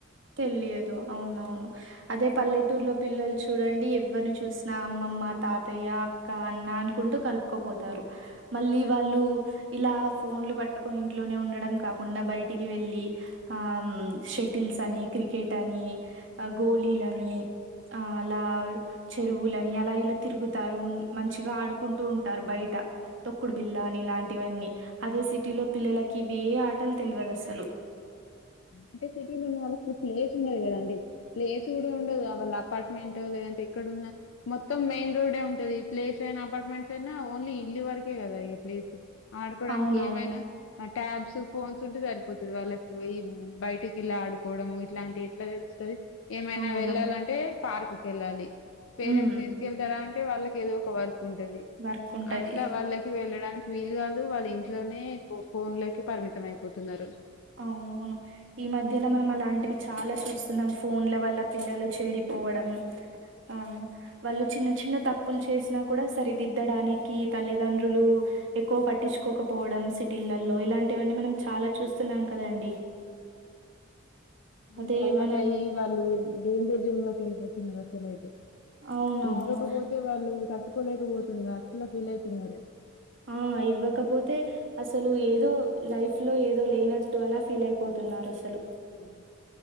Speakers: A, on the right; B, on the left.
A: తెలియదు అవునవును అదే పల్లెటూరులో పిల్లలు చూడండి ఎవరిని చూసినా అమ్మమ్మ తాతయ్య అక్క అన్న అనుకుంటూ కలుపుకుపోతారు మళ్ళీ వాళ్ళు ఇలా ఫోన్లు పట్టుకొని ఇంట్లోనే ఉండడం కాకుండా బయటికి వెళ్లి ఆ షటిల్స్ అని క్రికెట్ అని గోళీలు అని ఆ అలా చెరువులని అలా ఇలా తిరుగుతారు మంచిగా ఆడుకుంటూ ఉంటారు బయట తొక్కుడు బిల్లాని ఇలాంటివన్నీ అదే సిటీలో పిల్లలకి ఇవే ఆటలు తెలియదు అసలు
B: అంటే సిటీలో ఉన్న వాళ్ళకి ప్లేస్ ఉండదు కదండి ప్లేస్ కూడా ఉండదు వాళ్ళ అపార్ట్మెంట్ లేదంటే ఎక్కడున్నా మొత్తం మెయిన్ రోడ్ే ఉంటది ప్లేస్ అయినా అపార్ట్మెంట్స్ అయినా ఓన్లీ ఇల్లి వరకే కదా ప్లేస్ ఆడుకోవడానికి
A: అవునవు
B: ఏమైనా ట్యాబ్స్ ఫోన్స్ ఉంటే సరిపోతుది వాళ్ళకు ఈ బయటికి వెళ్ళ ఆడుకోవడం ఇట్లాంటి ఎట్లా తెలుస్తది ఏమైనా
A: అవును.
B: వెళ్ళాలంటే పార్క్ వేళ్ళాలి పేరెంట్స్
A: హ్మ్.
B: తీసుకెళ్తారా అంటే వాళ్ళకి ఏదో ఒక వర్క్ ంటది
A: వర్క్ ఉంటది
B: అట్లా వాళ్ళకి వెళ్ళడానికి వీలు కాదు వాళ్ళ ఇంట్లోనే ఫోన్లకు పరిమితం అయిపోతున్నారు
A: అవునవును ఈ మధ్యలో మనం అలాంటివి చాలా చూస్తున్నాం ఫోన్ల వల్ల పిల్లలు చెడిపోవడం ఆ వాళ్ళు చిన్న చిన్న తప్పులు చేసినా కూడా సరిదిద్దడానికి తల్లిదండ్రులు ఎక్కువ పట్టించుకోకపోవడం. సిటీళ్లల్లో ఇలాంటివన్నీ మనం చాలా చూస్తున్నాం కదండి.
B: మంకు
A: అదే
B: అలవాటుయి
A: మనం
B: వాళ్ళు డేంజర్ జోన్ లోకి వెళ్ళిపోతు. అసలు ఇతే
A: అవునవును
B: ఇవ్వకపోతే వాళ్ళు తట్టు కోలేకపోతున్నారు అట్లా ఫీల్ అవుతున్నారు.
A: ఆ ఇవ్వకపోతే అసలు ఏదో లైఫ్ లో ఏదో లేనట్టు అలా ఫీల్ అయిపో న్నారు అసలు
B: అవు